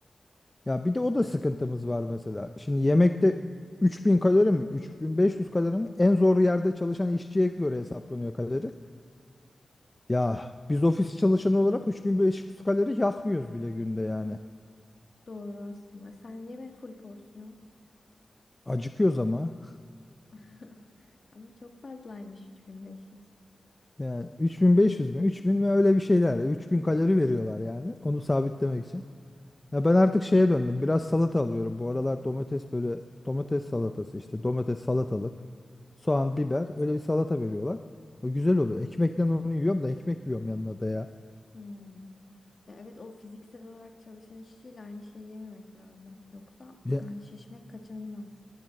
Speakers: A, on the left; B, on the left.
A: Ya bir de o da sıkıntımız var mesela. Şimdi yemekte 3000 kalori mi, 3500 kalori mi? En zor yerde çalışan işçiye göre hesaplanıyor kalori. Ya biz ofis çalışanı olarak 3500 kalori yakmıyoruz bile günde yani.
B: Doğru aslında. Sen yeme full porsiyon.
A: Acıkıyoruz ama.
B: <laughs> Ama çok fazlaymış 3500.
A: Yani 3500 mü, 3000 mi öyle bir şeyler. 3000 kalori veriyorlar yani. Onu sabitlemek için. Ya ben artık şeye döndüm. Biraz salata alıyorum. Bu aralar domates böyle domates salatası işte domates salatalık, soğan, biber öyle bir salata veriyorlar. O güzel oluyor. Ekmekle onu yiyorum da ekmek yiyorum yanına da ya.
B: Hmm. Ya evet o fiziksel olarak çalışan işçiyle aynı şeyi yememek lazım. Yoksa
A: Ya,
B: yani şişmek kaçınılmaz.